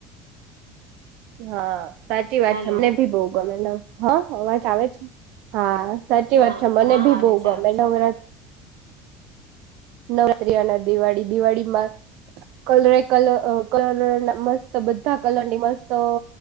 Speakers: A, on the right; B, on the right.
A: હા સાચી વાત
B: હેલો
A: છે મમને ભી બહુ ગમે ન હા અવાજ આવે છે હા સાચી વાત
B: હા
A: છે મને
B: હા
A: ભી
B: આવે
A: બહુ
B: છે
A: ગમે
B: આવે છે
A: નવરાતી નવરાત્રિયાના દિવાળી દિવાળીમાં કલરે કલ કલર ના મસ્ત બધા કલરની મસ્ત તો